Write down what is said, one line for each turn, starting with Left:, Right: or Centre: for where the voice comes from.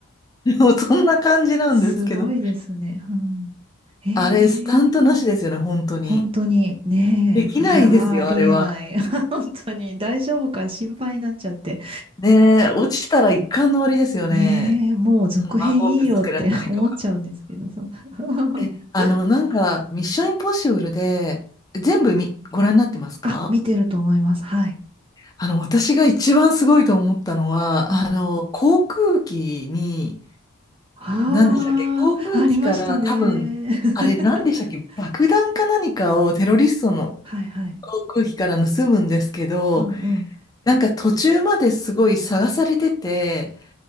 Left: <laughs> もうそんな感じなんですけど。
Right: <laughs> すごいですね。うん、ええ
Left: あれ、スタントなしですよね、本当に。
Right: 本当にねえ、
Left: できないですよ、
Right: あいやー、ありえない。
Left: あれは。
Right: <laughs> 本当に大丈夫か心配になっちゃって。
Left: ねえ、落ちたら一巻の終わりですよね。
Right: ねえ、もう続編いいよって
Left: あの顎ぶつけられたりとか。
Right: <laughs> 思っちゃうんですけど、そんな
Left: え、
Right: <laughs>
Left: あの、なんか、ミッションインポッシブルで、全部み、ご覧になってますか
Right: あ、見てると思います。はい。
Left: あの、私が一番すごいと思ったのは、
Right: うん。
Left: あの、航空機に、
Right: ああ、
Left: 何でしたっけ航空機から多分、
Right: ありましたね。<laughs>
Left: あれ、何でしたっけ爆弾か何かをテロリストの
Right: はいはい。
Left: 航空機から盗むんですけど、
Right: うんうん。
Left: なんか途中まですごい探されてて、